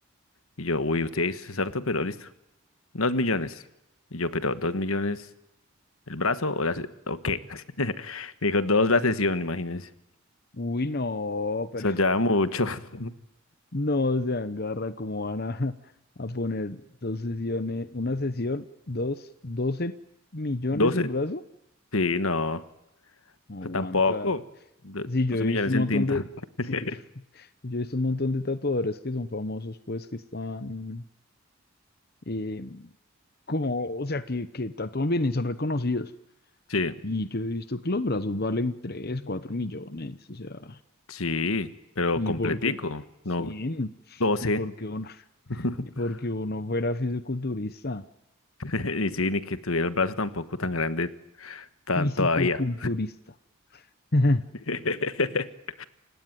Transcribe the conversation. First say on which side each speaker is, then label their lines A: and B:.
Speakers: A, on the left; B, on the left.
A: Y yo, uy, usted es harto, pero listo. Dos millones. Y yo, pero ¿dos millones el brazo o la se- o qué? <laughs> Me dijo, dos la sesión, imagínense.
B: Uy, no, pero
A: O sea, ya mucho. <laughs>
B: No sean garra, como van a, <laughs> a poner dos sesiones, una sesión, dos, doce millones
A: ¿Doce?
B: el brazo?
A: Sí, no. O
B: No aguanta.
A: sea, tampoco. Do-
B: Sí, yo
A: Doce
B: he visto
A: millones
B: un
A: en
B: montón
A: tinta.
B: de, sí,
A: <laughs>
B: yo, <laughs> yo he visto un montón de tatuadores que son famosos, pues que están eh, como, o sea, que, que tatúan bien y son reconocidos.
A: Sí,
B: Y yo he visto que los brazos valen 3 4 millones, o sea,
A: sí, pero
B: ni
A: completico.
B: porque, sí,
A: No, doce.
B: ni porque uno, <laughs>
A: <laughs>
B: ni porque uno fuera fisiculturista.
A: Y sí, ni que tuviera el brazo tampoco tan grande tan
B: físico-culturista.
A: todavía.
B: <laughs>
A: <laughs>